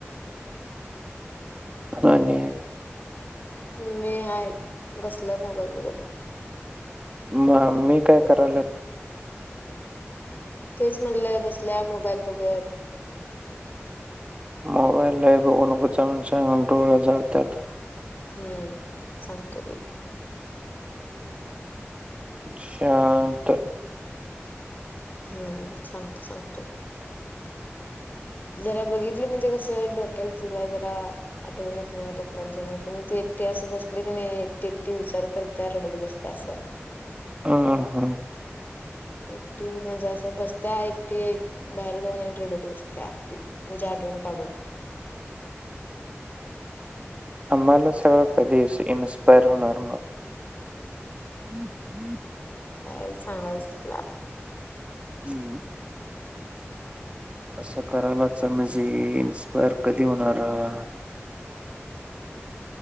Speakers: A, on the right (about 25°); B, on the left (about 40°).
A: <inaudible>
B: मम्मी आहे बसल्या मोबाईल बघत.
A: मामी काय करयाल्यात?
B: तेच म्हणलं बसल्या मोबाईल बघत.
A: मोबाईल लयं बघु नको चालून डोळ जळतात.
B: हम्म! सांगतो की.
A: शांत.
B: हम्म! सांगते सांगतो. जरा बघितली म्हणजे कसं, डोक्याल तिला जरा आठवण येत नाही पप्पांची, नाही म ती एकटी असं बसली की नाही एकटी-एकटी विचार करत्या रडत बसत्या असं.
A: हा हा हा.
B: एकटी म्हणजे असं बस्त्या एकटी बाहेर जाऊन रडत बसत्या, म्हणजे आठवून काढून.
A: आम्हाला सगळ कधी इन्स्पायर होणार मग? हम्म हम्
B: काय सांगायच तुला?
A: हम्म. असं करायलाच म्हणजे, इन्स्पायर कधी होणार हा?